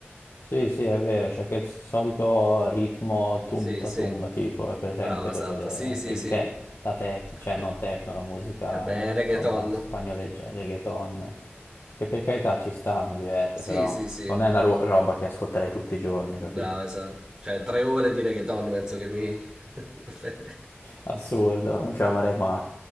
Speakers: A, on the left (about 65°); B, on the right (about 20°).
A: Sì, sì, è vero, c'è quel solito ritmo tum
B: Sì,
A: ta
B: sì,
A: tum, tipo, è presente
B: bravo, esatto,
A: quello del
B: sì, sì,
A: il
B: sì.
A: te, la tec,
B: <laughs>
A: cioè non techno, la musica,
B: Vabbè, reggaeton.
A: insomma, spagnoleggia, reggaeton, che per carità ci sta, mi diverte,
B: Sì,
A: però
B: sì, sì.
A: non è una ro- roba che ascolterei tutti i giorni, capito?
B: Brava, esatto. Cioè, tre ore di reggaeton penso che mi... <laughs>
A: Assurdo, non ce la farei mai.